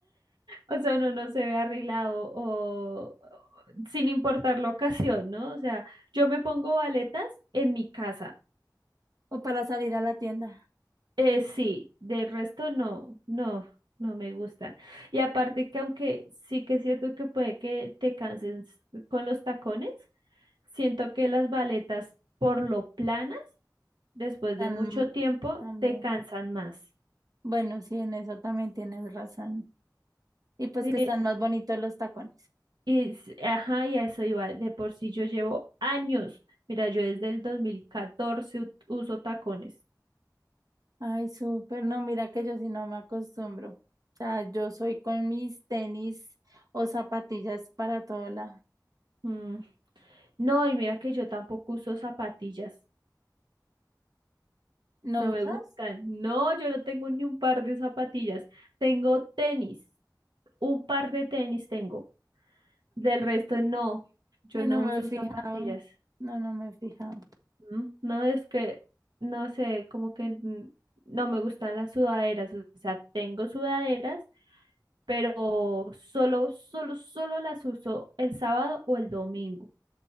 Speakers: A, on the right (about 80°); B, on the right (about 55°).
A: O sea, uno no se ve arreglado o o- sin importar la ocasión, ¿no? O sea, yo me pongo baletas en mi casa.
B: O para salir a la tienda,
A: Eh, sí, del resto no, no, no me gustan. Y aparte que aunque sí que es cierto que puede que te canses con los tacones, siento que las baletas por lo planas, después
B: tan-
A: de mucho tiempo,
B: también.
A: te cansan más.
B: Bueno, sí, en eso también tienes razón. Y pues
A: Eh,
B: que están más bonitos los tacones.
A: Es- ajá, y a eso iba. De por sí yo llevo años. Mira, yo desde el 2014 ut- uso tacones.
B: Ay, súper, no, mira que yo sí no me acostumbro. O sea, yo soy con mis tenis o zapatillas para todo lado.
A: Mm, No, y mira que yo tampoco uso zapatillas.
B: ¿No
A: No
B: usas?
A: me gustan. No, yo no tengo ni un par de zapatillas. Tengo tenis. Un par de tenis tengo. Del resto no. Yo
B: Ay,
A: no
B: No me
A: uso
B: he fijado.
A: zapatillas.
B: No, no me he fijado.
A: Mm, No es que, no sé, como que mm, no me gustan las sudaderas. O sea, tengo sudaderas pero solo, solo, solo las uso el sábado o el domingo,